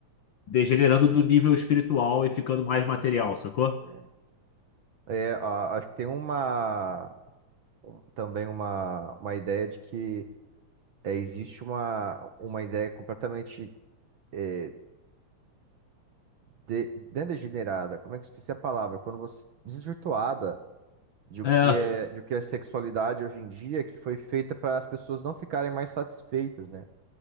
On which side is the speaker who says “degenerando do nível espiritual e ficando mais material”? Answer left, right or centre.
Left